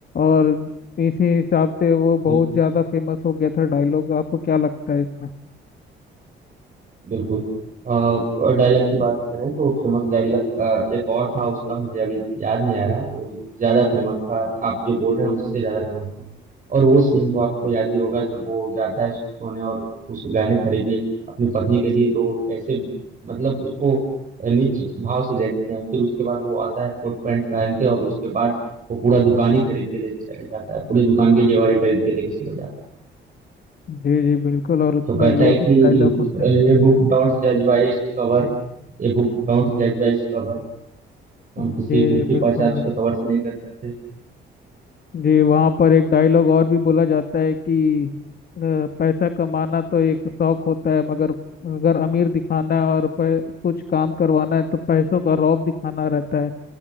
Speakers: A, on the left; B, on the right.
A: और इसी हिसाब से वो बहुत
B: था
A: ज़्यादा फेमस हो गया था डायलॉग आपको क्या लगता है इसमें
B: बिल्कुल अ, और डायलॉग की बात करें तो फेमस डायलॉग एक और था उसका मुझे अभी याद नहीं आ रहा वो ज्यादा फेमस था आप जो बोल रहे हैं उससे ज्यादा फेमस था और वो सीन तो आपको याद ही होगा जब वो जाता है सोने और कुछ गहने खरीदने अपनी पत्नी के लिए तो कैसे मतलब उसको नीच भाव से देखते हैं फिर उसके बाद वो आता है कोट पैंट पहन के और उसके बाद वो पूरा दुकान ही खरीद के लेके चले जाता है पूरी दुकान के जेवर ही खरीद के लेके चले जाता है
A: जी जी बिल्कुल और उसमें
B: तो कहता
A: ये
B: है कि
A: भी डायलॉग होते हैं
B: ये बुक डोंट जज बाय इट्स कवर ये बुक डोंट जज बाय इट्स कवर हम
A: जी
B: किसी बुक
A: जी
B: की
A: बिल्कुल
B: पहचान उसके
A: बिल्कुल
B: कवर से नहीं कर सकते
A: जी वहाँ पर एक डायलॉग और भी बोला जाता है कि अ, पैसा कमाना तो एक शौक होता है मगर अगर अमीर दिखाना है और पै, कुछ काम करवाना है तो पैसों का रौब दिखाना रहता है